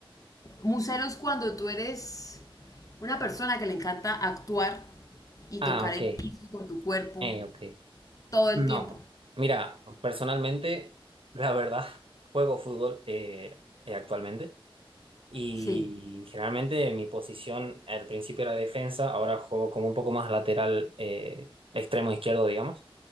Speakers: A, on the left; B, on the right.
A: Museros cuando tú eres una persona que le encanta actuar y
B: Ah,
A: tocar
B: ok.
A: el piso con tu cuerpo
B: Eh, ok.
A: todo el
B: No.
A: tiempo.
B: Mira, personalmente, la verdad, <laughs> juego fútbol eh, eh, actualmente. Y
A: Sí.
B: generalmente mi posición al principio era defensa, ahora juego como un poco más lateral, eh, extremo izquierdo, digamos.